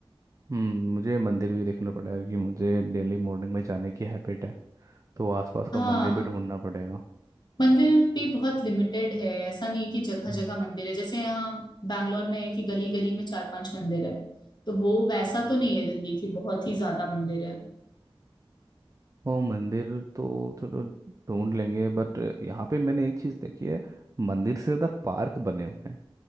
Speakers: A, on the right; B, on the left.
A: हम्म मुझे मंदिर भी देखना पड़ेगा क्योंकि मुझे डेली मॉर्निंग में जाने की हैबिट है तो आसपास का
B: हाँ
A: मंदिर भी ढूंढना पड़ेगा
B: मंदिर भी बहुत लिमिटेड है ऐसा नहीं है कि जगह जगह मंदिर है जैसे यहाँ बैंगलोर में है कि गली गली में चार पांच मंदिर है तो वो वैसा तो नहीं है दिल्ली की बहुत ही ज्यादा मंदिर है
A: वो मंदिर तो चलो ढूंढ लेंगे बट यहाँ पे मैंने एक चीज देखी है मंदिर से ज्यादा पार्क बने हुए हैं